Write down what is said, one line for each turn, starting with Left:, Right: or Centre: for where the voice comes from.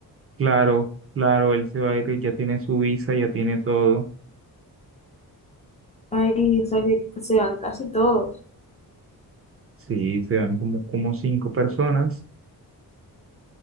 Right: claro, claro, él se va a ir, ya tiene su visa, ya tiene todo.
Left: Ay, o sea que se van casi todos.
Right: Sí, se van como, como cinco personas